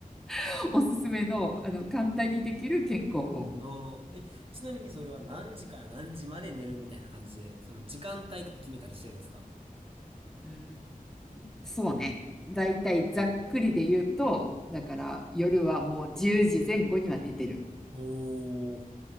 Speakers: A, in the centre; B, on the right.
A: <laughs> おすすめの、あの、簡単にできる健康法。
B: あん。え、ちなみにそれは何時から何時まで寝るみたいな感じで、その時間帯とか決めたりしてるんですか
A: うん、そうね。だいたいざっくりで言うと、だから夜はもう10時前後には寝てる。
B: おー、